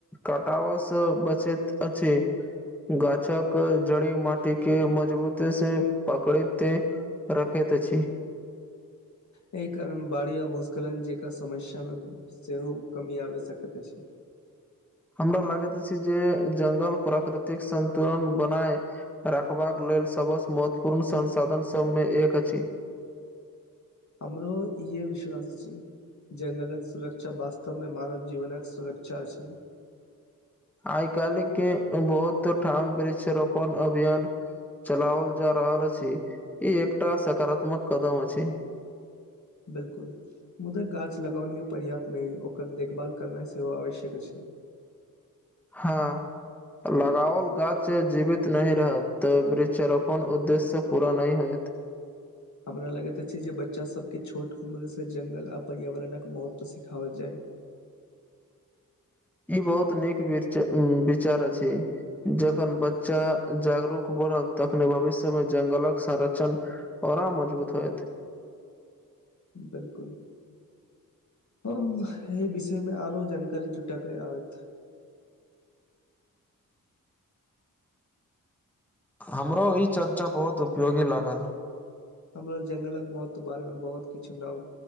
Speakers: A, in the centre; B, on the left.
A: कटाबसँ बचैत अछि। गाछक जड़ी माटी के मजबूत से पकड़िते। रखैत त अछि।
B: एहि कारण बाड़ी आ भूस्खलन जेकाँ समस्यामे सेहो कमी आबि सकैत अछि।
A: हमरा लागैत अछि जे जंगल प्राकृतिक संन्तुलन बनाय। राखबाक लेल सबसँ महत्वपूर्ण संसाधन सभमे एक अछि।
B: हमरो इए विश्वास अछि। जंगलक सुरक्षा वास्तवमे मानव जीवनक सुरक्षा अछि।
A: आइ काल्हिके बहुत ठाम वृक्षरोपण अभियान। चलाओल जा रहल अछि ई एकटा सकारात्मक कदम अछि।
B: बिल्कुल मुदा गाछ लगौनी पर्याप्त नहि ओकर देखभाल करनाइ सेहो आवश्यक अछि।
A: हँ। लगावल गाछ जीवित नहि रहत तऽ वृक्षरोपण उद्देश्य पूरा नहि होयत।
B: हमरा लगैत अछि जे बच्चा सब के छोट उम्र से जंगल आ पर्यावरणक महत्व सिखावल जाय।
A: ई बहुत नीक विरच विचार अछि। जखन बच्चा जागरूक बनत तखने भविष्यमे जंगलक संरक्षण। औरा मजबूत होयत।
B: बिलकुल। ओ भाएहि विषयमे आरो जानकारी जुटाकऽ आउत।
A: हमरो ई चर्चा बहुत उपयोगी लागल।
B: हमरो जंगलक महत्व बारेमे बहुत किछु नाम